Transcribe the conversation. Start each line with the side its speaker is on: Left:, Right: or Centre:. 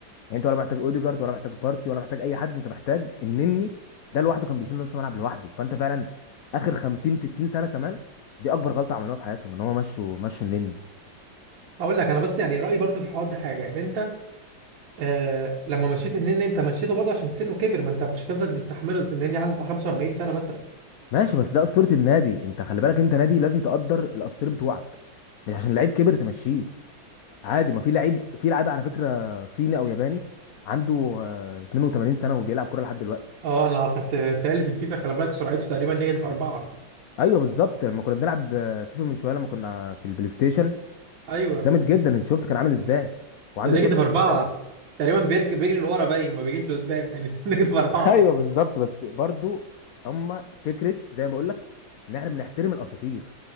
Left: يعني انت ولا محتاج اوديجارد ولا محتاج بارتي ولا محتاج اي حد انت محتاج النني ده لوحده كان بيشيل نص الملعب لوحده فانت فعلا اخر 50 60 سنه كمان دي اكبر غلطه عملوها في حياتهم ان هم مشوا مشوا النني
Right: هقول لك انا بس يعني رايي برضه في الحوار ده حاجه ان انت آه لما مشيت النني انت مشيته برضه عشان سنه كبر ما انت مش هتفضل مستحمله بس النني عنده بتاع 45 سنه مثلا
Left: ماشي بس ده اسطوره النادي انت خلي بالك انت نادي لازم تقدر الاساطير بتوعك مش عشان لعيب كبر تمشيه عادي ما في لعيب في لعيب على فكره صيني او ياباني عنده آه، 82 سنه وبيلعب كوره لحد دلوقتي
Right: اه انا خدت تالي في الفيفا خلي بالك سرعته تقريبا نيجاتيف اربعه
Left: ايوه بالظبط لما كنا بنلعب آه، فيفا من شويه لما كنا في البلاي ستيشن
Right: ايوه
Left: جامد جدا انت شفت كان عامل ازاي وعنده
Right: ده نيجاتيف
Left: 82
Right: اربعه
Left: سنه
Right: تقريبا بيرج... بيجري لورا باين ما بيجيش لقدام يعني <laughs> نيجاتيف اربعه
Left: <laughs> ايوه بالظبط بس برضو اما فكره زي ما بقول لك ان احنا بنحترم الاساطير